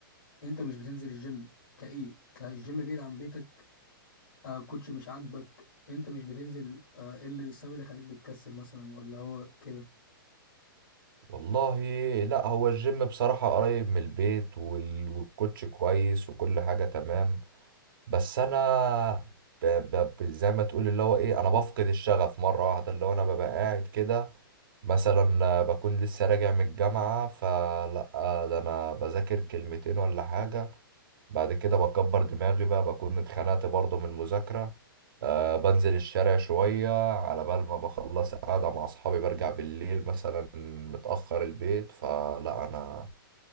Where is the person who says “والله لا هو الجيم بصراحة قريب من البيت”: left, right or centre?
Right